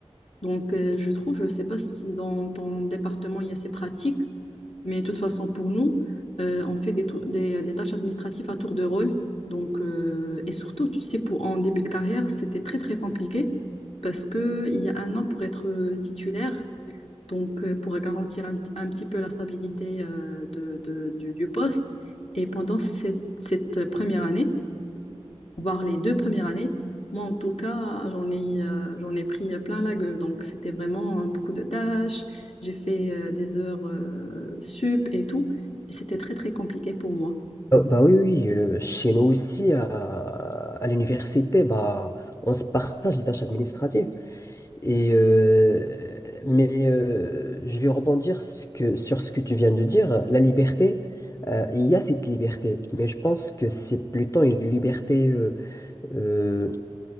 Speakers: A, on the left; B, on the left.
A: Donc, euh, je trouve, je ne sais pas si dans ton département il y a ces pratiques, mais de toute façon, pour nous, euh, on fait des, tou- des- des tâches administratives à tour de rôle. Donc, euh, et surtout, tu sais, pour, en début de carrière, c'était très, très compliqué parce qu'il y a un an pour être euh, titulaire donc euh, pour garantir un, un petit peu la stabilité euh, de- de- du, du poste. Et pendant cette, cette première année, voire les deux premières années, moi en tout cas, j'en ai, euh, j'en ai pris plein la gueule. Donc c'était vraiment euh, beaucoup de tâches, j'ai fait euh, des heures euh, sup et tout, et c'était très très compliqué pour moi.
B: Oh, bah oui, oui, euh, chez nous aussi, à, à l'université, bah, on se partage les tâches administratives. Et, euh, mais euh, je vais rebondir ce que- sur ce que tu viens de dire. La liberté, euh, il y a cette liberté, mais je pense que c'est plutôt une liberté euh, euh,